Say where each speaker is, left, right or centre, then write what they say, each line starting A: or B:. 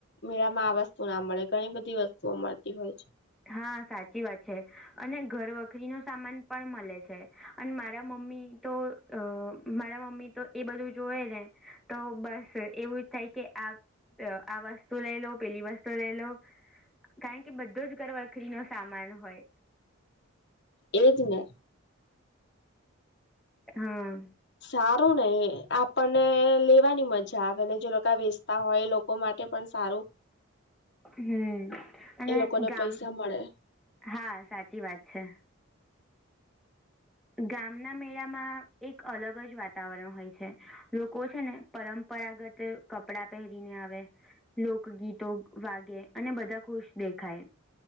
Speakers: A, on the left (about 50°); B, in the centre.
A: મેળામાં આ વસ્તુ ના મળે, ઘણી બધી વસ્ તુઓ મળતી હોય છે.
B: હા, સાચી વાત છે, અને ઘરવખરીનું સામાન પણ મળે છે. અને મારા મમ્મી તો અહ, મારા મમ્મી તો એ જોએ ને તો બસ એવું જ થાય કે આ, અહ, આ વસ્તુ લઈ લઉં, પેલી વસ્તુ એક બેમાં કેટલા જણા આવશે? એક લેતું. લઈ લઉં કારણ કે બધો જ ઘરવખરી નો સામાન હોય.
A: એ જ ને.
B: હા.
A: સારું ને, આપણને લેવાની મજા આવે ને, જે લોકો વેચતા હોય એ લોકો માટે પણ સારું.
B: હમ, અને
A: એ લોકોને
B: ગામ
A: પૈસા મળે
B: હા, સાચી વાત છે. ગામના મેળામાં એક અલગ જ વાતાવરણ હોય છે. લોકો છે ને, પરંપરાગત કપડાં પહેરીને આવે લોકગીતો વાગે અને બધા ખુશ દેખાય.